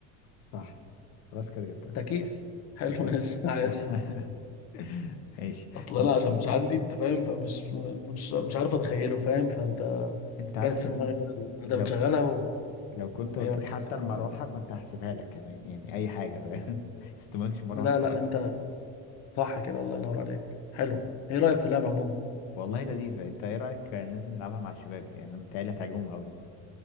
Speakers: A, on the left (about 75°); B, on the left (about 45°).
A: صح خلاص كده جبتها
B: تكييف حلو
A: ده كيف
B: ماشي <laughs>
A: صح
B: عايز
A: <laughs> ماشي
B: اصل
A: طب
B: انا عشان مش عندي انت فاهم فمش م- مش مش عارف اتخيله فاهم فانت
A: انت عارف
B: جت في
A: ان
B: دماغي بقى إن انت
A: لو
B: بتشغلها وهي
A: لو كنت قلت
B: بعد
A: لي حتى
B: كده بتتحرك.
A: المروحه كنت هحسبها لك كمان يعني اي حاجه فاهم <laughs> بس انت ما قلتش مروحه
B: لا لا
A: حتى
B: انت صح كده الله ينور عليك حلو ايه رأيك في اللعبة عموما
A: والله لذيذه انت ايه رايك ننزل نلعبها مع الشباب يعني انا متهيألي هتعجبهم قوي